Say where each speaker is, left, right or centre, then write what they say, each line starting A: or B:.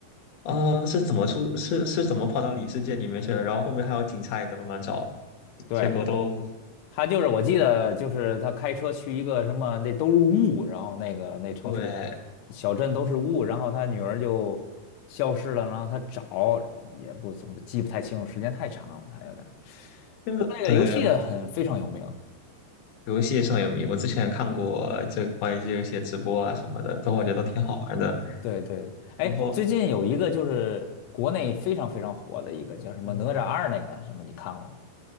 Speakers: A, on the left (about 75°); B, on the left (about 85°).
A: 呃是怎么出是是怎么跑到里世界里面去了，然后后面还有警察也在慢慢找。
B: 对，
A: 结果都
B: 他就是我记得就是他开车去一个什么，那都是雾，然后那个那城市
A: 对，
B: 小镇都是雾，然后他女儿就消失了，然后他找也不怎么记不太清楚，时间太长了，还有点儿
A: 就对
B: 不过那个游戏很非常有名。
A: 游戏上有名。我之前看过这关于这些直播啊什么的，都我觉得都挺好玩的。
B: 对。对对对，哎，
A: 然后，
B: 最近有一个就是国内非常非常火的一个叫什么《哪吒二》那个什么，
A: 嗯，
B: 你看过吗？